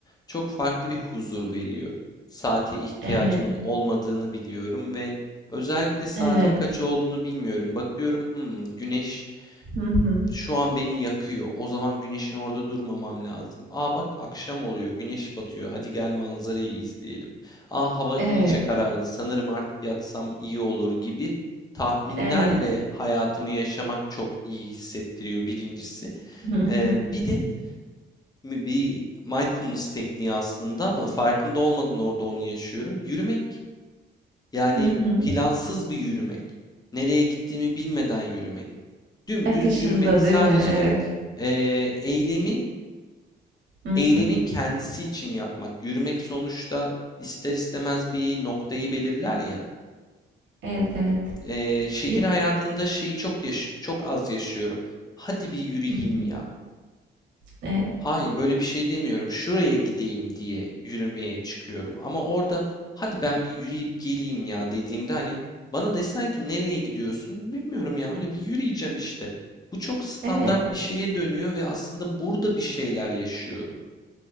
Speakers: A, on the left (about 20°); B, on the right (about 70°).
A: çok farklı bir huzur veriyor. Saate ihtiyacımın
B: evet,
A: olmadığını biliyorum ve özellikle saatin
B: evet.
A: kaç olduğunu bilmiyorum. Bakıyorum, hmm, güneş
B: Hı hı.
A: şu an beni yakıyor. O zaman güneşin orada durmamam lazım. Aa bak akşam oluyor, güneş batıyor. Hadi gel manzarayı izleyelim. Aa hava
B: Evet,
A: iyice karardı. Sanırım artık yatsam iyi olur gibi tahminlerle
B: evet.
A: hayatımı yaşamak çok iyi hissettiriyor birincisi.
B: Hı hı.
A: Ee, bir de mi- bir mindfulness tekniği aslında ama farkında olmadan orada onu yaşıyorum. Yürümek yani
B: Hı hı.
A: plansız bir yürümek. Nereye gittiğimi bilmeden yürümek. Dümdüz
B: Akışında
A: yürümek. Sadece
B: değil mi? Evet.
A: evet, eee, eylemi
B: Hı hı.
A: eylemin kendisi için yapmak. Yürümek sonuçta ister istemez bir noktayı belirler ya.
B: Evet, evet.
A: Eee, şehir
B: Yürü
A: hayatında şeyi çok yaş- çok az yaşıyorum. Hadi bir yürüyeyim
B: Hı hı.
A: ya.
B: Evet.
A: Hayır, böyle bir şey demiyorum. Şuraya gideyim diye yürümeye çıkıyorum. Ama orada hadi ben bir yürüyüp geleyim ya dediğimde hani bana desen ki nereye gidiyorsun? Bilmiyorum ya öyle bir yürüyeceğim işte. Bu çok standart
B: Evet.
A: bir şeye dönüyor ve aslında burada bir şeyler yaşıyorum.